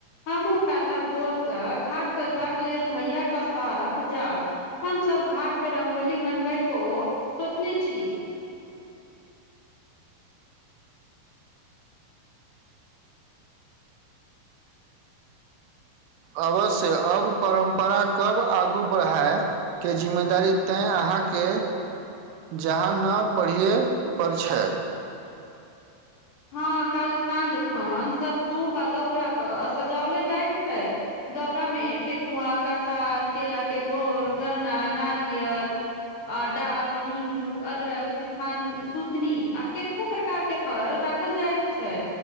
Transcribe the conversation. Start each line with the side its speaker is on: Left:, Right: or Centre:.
Left: हमहुँ काल्हा भोरसँ घाट सजबाक लेल भैया क साथ जाब। हम सब घाट पे रंगोली बनबै को सोचने छी।
Right: अवश्य अब परम्परा कब आगू बढ़य के जिम्मेदारी तै अहाँके जहाँ न पढ़िए पड़ छै।
Left: हँ काल साँझ खन सब सूप आ दौरा क सजओले जाइ छै। दौरा में ठेेकुआ, कसार केेला के घोर, गन्ना नारियल आ डाभ, नीमबू, अदरक, सुथनी आ केतको प्रकार के फल रख खल जाइत छै।